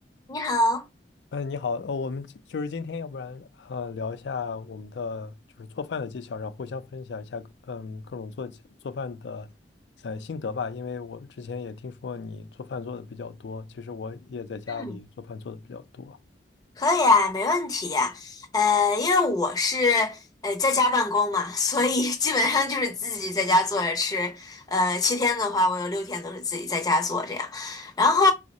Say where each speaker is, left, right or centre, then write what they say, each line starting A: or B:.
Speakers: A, on the left; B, on the left.
A: 你好，
B: 嗯，呃你好，呃，我们今就是今天，要不然呃聊一下我们的就是做饭的技巧，然后互相分享一下嗯各种做起做饭的呃心得吧。因为我之前也听说你做饭做的比较多，其实我也在家里做饭做的比较多。
A: 嗯，可以啊，没问题呀、呃，因为我是呃在家办公嘛，所以 <laughs> 基本上就是自己在家做着吃。呃，七天的话，我有六天都是自己在家做这样。然后，